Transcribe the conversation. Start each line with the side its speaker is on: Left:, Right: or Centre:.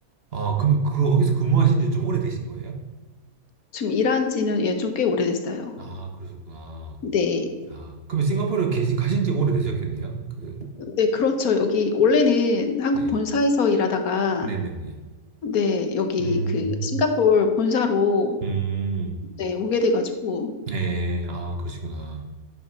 Right: 아, 그럼 그, 거기서 근무하신 지 좀 오래되신 거예요?
Left: 좀 일한 지는 예, 좀 꽤 오래됐어요.
Right: 아, 그러셨구나.
Left: 네.
Right: 야, 그럼 싱가포르에 계시, 가신 지가 오래되셨겠네요? 그,
Left: 네, 그렇죠. 여기, 원래는 한국
Right: 네.
Left: 본사에서 일하다가,
Right: 네네네.
Left: 네, 여기
Right: 음,
Left: 그 싱가포르 본사로,
Right: 음,
Left: 네, 오게 돼가지고,
Right: 네. 아, 그러시구나.